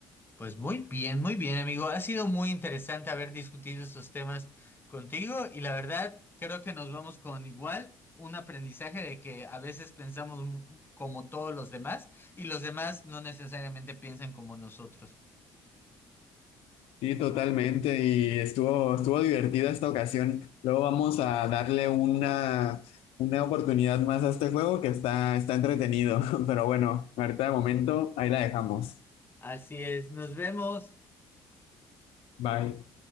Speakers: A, on the left (about 20°); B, on the left (about 75°).
A: Pues muy bien, muy bien, amigo. Ha sido muy interesante haber discutido estos temas contigo y la verdad creo que nos vamos con igual un aprendizaje de que a veces pensamos mu- como todos los demás y los demás no necesariamente piensan como nosotros.
B: Sí, totalmente. Y estuvo, estuvo divertida esta ocasión. Luego vamos a darle una, una oportunidad más a este juego que está, está entretenido. <laughs> Pero bueno, ahorita de momento ahí la dejamos.
A: Así es, nos vemos.
B: Bye.